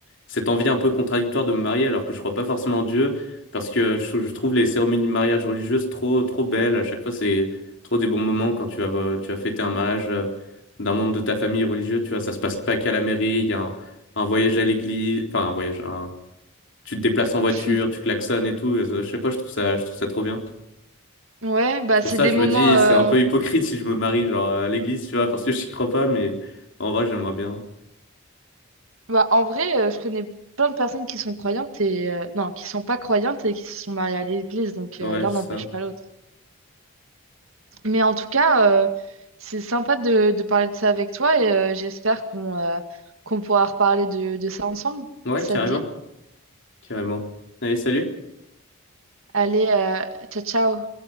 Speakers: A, on the left; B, on the right.
A: cette envie un peu contradictoire de me marier alors que je crois pas forcément en Dieu parce que euh, je, je trouve les cérémonies de mariage religieuses trop, trop belles. À chaque fois, c'est trop des bons moments quand tu vas, vo- tu vas fêter un mariage euh, d'un membre de ta famille religieux. Tu vois, ça se passe pas qu'à la mairie. Il y a un, un voyage à l'église, enfin, un voyage, un- tu te déplaces en voiture,
B: <laughs>
A: tu klaxonnes et tout. Et À chaque fois, je trouve ça, je trouve ça trop bien.
B: Ouais, bah
A: C'est pour
B: c'est
A: ça
B: des
A: que je
B: moments.
A: me dis,
B: euh,
A: c'est un peu hypocrite si je me marie, genre, à l'église, tu vois, parce que je n'y crois pas, mais en vrai, j'aimerais bien.
B: Bah, en vrai, euh, je connais plein de personnes qui sont croyantes et euh, non, qui sont pas croyantes et qui se sont mariées à l'église, donc
A: Ouais,
B: euh, l'un
A: c'est
B: n'empêche
A: ça.
B: pas l'autre. Mais en tout cas, euh, c'est sympa de, de parler de ça avec toi et euh, j'espère qu'on euh, qu'on pourra reparler de, de ça ensemble.
A: Ouais,
B: Ça
A: carrément,
B: te dit?
A: carrément. Allez, salut.
B: Allez, euh, ciao, ciao.